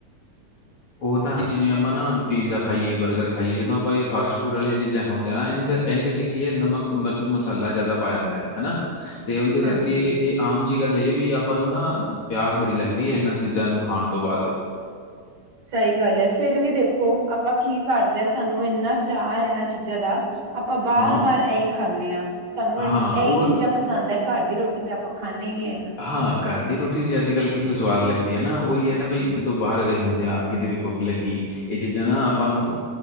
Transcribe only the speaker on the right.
ਹਾਂਜੀ,
ਸਹੀ ਗੱਲ ਹੈ। ਫਿਰ ਵੀ ਦੇਖੋ ਆਪਾਂ ਕੀ ਕਰਦੇ ਹਾਂ ਸਾਨੂੰ ਇੰਨਾ ਚਾਅ ਹੈ ਇਹਨਾਂ ਚੀਜ਼ਾਂ ਦਾ। ਆਪਾਂ ਬਾਰ,
ਵਾਰ ਇਹੀ ਖਾਂਦੇ ਹਾਂ ਸਾਨੂੰ ਇ
ਇਹੀ
ਚੀਜ਼ਾਂ ਪਸੰਦ ਹੈ। ਘਰ ਦੀ ਰੋਟੀ ਤਾਂ ਆਪਾਂ ਖਾਂਦੇ ਹੀ ਨਹੀਂ ਹੈਗਾ।